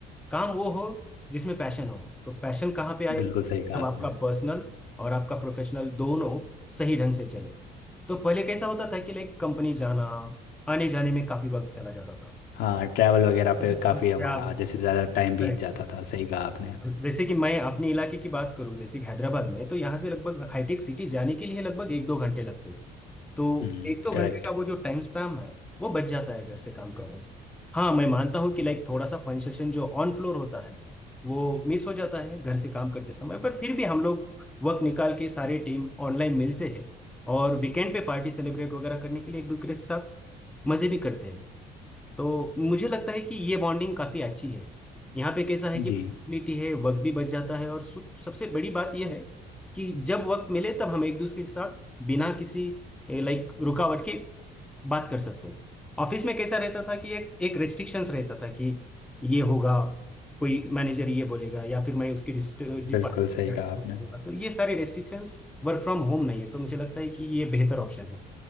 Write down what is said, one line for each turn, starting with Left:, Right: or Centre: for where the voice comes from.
Centre: काम वो हो जिसमें पैशन हो तो पैशन कहाँ पे आएगा
Left: बिल्कुल सही कहा
Centre: जब
Left: आपने।
Centre: आपका पर्सनल और आपका प्रोफेशनल दोनों सही ढंग से चले तो पहले कैसा होता था कि लाइक कंपनी जाना आने जाने में काफी वक्त चला जाता था
Left: हाँ ट्रैवल वगैरह पे
Centre: तो
Left: काफ़ी
Centre: क्या
Left: हमारा आधे से ज़्यादा टाइम बीत
Centre: करेक्ट
Left: जाता था सही कहा आपने
Centre: जैसे कि मैं अपने इलाके की बात करूं जैसे कि हैदराबाद में तो यहाँ से लगभग हाईटेक सिटी जाने के लिए लगभग एक दो घंटे लगते तो
Left: हम्म
Centre: एक दो
Left: करेक्ट
Centre: घंटे का वो जो टाइम स्पैम है वो बच जाता है घर से काम करने से हाँ मैं मानता हूँ कि लाइक थोड़ा सा फन सेशन जो ऑन फ्लोर होता है वो मिस हो जाता है घर से काम करते समय पर फिर भी हम लोग वक्त निकाल के सारे टीम ऑनलाइन मिलते हैं और वीकेंड पे पार्टी सेलिब्रेट वगैरह करने के लिए एक दूसरे के साथ मजे भी करते हैं तो मुझे लगता है कि ये बॉन्डिंग काफी अच्छी है यहाँ पे कैसा है कि
Left: जी
Centre: फ्लेक्सिबिलिटी है वक्त भी बच जाता है और सु- सबसे बड़ी बात यह है कि जब वक्त मिले तब हम एक दूसरे के साथ बिना किसी लाइक रुकावट की बात कर सकते हो ऑफिस में कैसा रहता था कि एक एक रेस्ट्रिक्शंस रहता था कि ये होगा कोई मैनेजर ये बोलेगा या फिर मैं उसके डिपार्टमेंट
Left: बिल्कुल सही कहा आपने
Centre: होगा तो ये सारी रेस्ट्रिक्शंस वर्क फ्रॉम होम नहीं है तो मुझे लगता है कि ये बेहतर ऑप्शन है